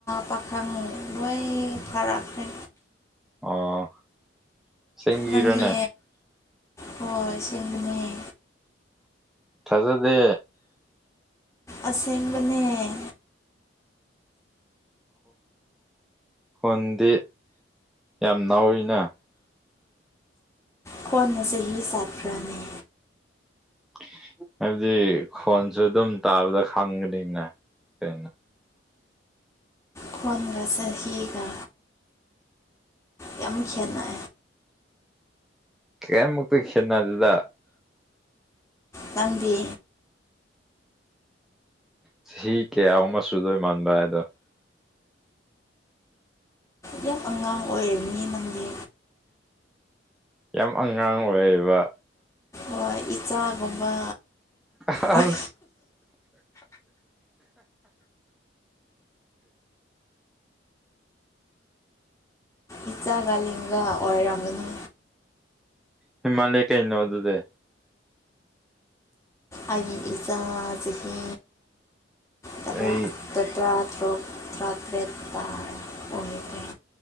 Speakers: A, on the left; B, in the centre.
A: ꯄꯥꯈꯪ
B: <unintelligible>
A: ꯂꯣꯏ ꯐꯥꯔꯛꯈ꯭ꯔꯦ
B: ꯑꯣ ꯁꯦꯝꯦꯡꯒꯤꯔꯅꯦ
A: ꯅꯪꯗꯤ ꯍꯣꯏ ꯁꯤꯒꯅꯦ
B: ꯊꯖꯗꯦ
A: ꯑꯁꯦꯡ ꯃꯅꯦꯅꯦ
B: ꯈꯨꯣꯟꯗꯤ ꯌꯥꯝ ꯥꯎꯔꯤꯅ
A: ꯀꯣꯟꯅ ꯆꯍꯤ ꯁꯥꯠꯈ꯭ꯔꯅꯤ
B: <unintelligible> ꯍꯥꯏꯕꯗꯤ ꯈꯣꯟꯁꯨ ꯑꯗꯨꯝ ꯇꯥꯕꯗ ꯈꯪꯒꯅꯤꯅ ꯀꯩꯅꯣ
A: ꯀꯣꯟꯒ ꯆ ꯍꯒ ꯌꯥꯝ ꯈꯦꯠꯅ
B: ꯀꯦꯃ ꯄꯤꯟꯅ ꯑꯗꯨꯂ
A: ꯇꯥꯟꯕꯤ
B: ꯆꯍꯤ ꯀꯌꯥꯨꯝ ꯑꯃꯁ ꯁꯨꯗꯣꯏ ꯃꯥꯟꯕ ꯍꯥꯏꯗꯣ
A: ꯌꯥꯝ ꯑꯉꯥꯡ ꯑꯣꯏꯔꯤꯕꯅꯤ ꯅꯪꯗꯤ
B: ꯌꯥꯝ ꯑꯉꯥꯡ ꯑꯣꯏꯌꯦꯕ
A: ꯑꯣ ꯏꯆꯥꯒꯨꯝꯕ
B: ꯑ
A: ꯑꯣꯏ
B: ꯎ
A: ꯏꯆꯥ ꯒꯥꯂꯤꯒ ꯑꯣꯏꯔꯝꯃꯅꯤ
B: ꯍꯤꯃꯂꯌꯥ ꯀꯩꯩꯅꯣꯗꯗꯦ
A: ꯑꯩꯒꯤ ꯏꯆꯥ ꯆꯍꯤ ꯇꯔꯥꯒ
B: ꯑꯩ
A: ꯇꯔꯥ ꯭ꯔ꯭ꯔꯥ ꯇ ꯑꯣꯏꯦ